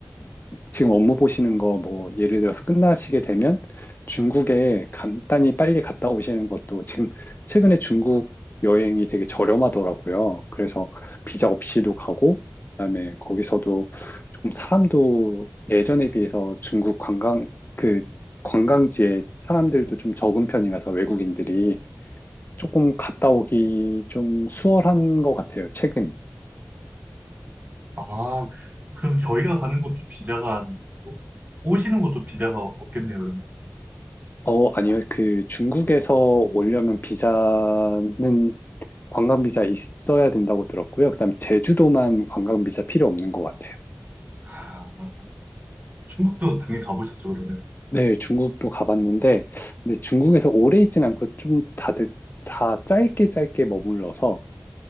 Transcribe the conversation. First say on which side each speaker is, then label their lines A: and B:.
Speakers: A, on the left; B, on the right.
A: 지금 업무 보시는 거 뭐 예를 들어서 끝나시게 되면 중국에 간단히 빨리 갔다 오시는 것도 지금 최근에 중국 여행이 되게 저렴하더라고요. 그래서 비자 없이도 가고 그다음에 거기서도 조금 사람도 예전에 비해서 중국 관광 그 관광지에 사람들도 좀 적은 편이라서 외국인들이 조금 갔다 오기 좀 수월한 것 같아요. 최근이.
B: 아, 그럼 저희가 가는 것도 비자가 안 되고, 오시는 것도 비자가 없겠네요, 그러면.
A: 어, 아니요. 그 중국에서 오려면 비자는 관광 비자 있어야 된다고 들었고요. 그다음에 제주도만 관광 비자 필요 없는 것 같아요.
B: 아, 중국도 당연히 가보셨죠, 그러면.
A: 네, 중국도 가봤는데 근데 중국에서 오래 있진 않고 좀 다들 다 짧게 짧게 머물러서